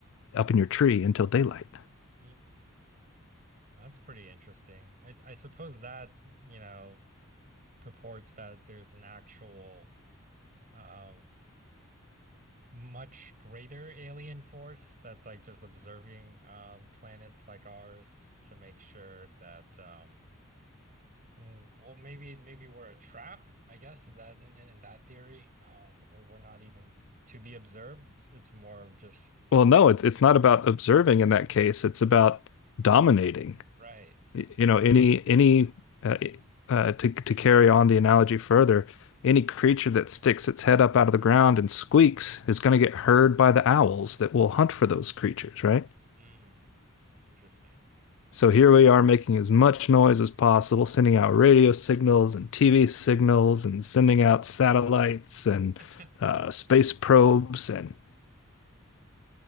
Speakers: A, on the left; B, on the right.
A: up in your tree until daylight.
B: Hmm. that's pretty interesting. I, I suppose that, you know, purports that there's an actual um, much greater alien force that's like just observing um, planets like ours to make sure that, um, mm, well, maybe maybe we're a trap, I guess, is that in, in, in that theory? Um, we're, we're not even to be observed. It's, it's more of just.
A: Well, no, it's it's not about observing in that case. It's about dominating.
B: Right.
A: Y- You know, any any uh, uh, to to carry on the analogy further, any creature that sticks its head up out of the ground and squeaks is going to get heard by the owls that will hunt for those creatures, right?
B: Mm, interesting.
A: So here we are making as much noise as possible, sending out radio signals and TV signals and sending out satellites and
B: <laughs>
A: uh, space probes and